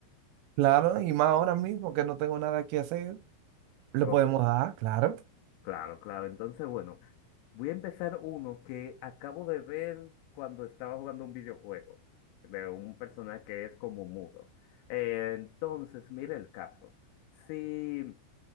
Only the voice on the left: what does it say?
Oh,
claro, claro. Entonces, bueno, voy a empezar uno que acabo de ver cuando estaba jugando un videojuego de un personaje que es como mudo. Eh, entonces, mira el caso. Si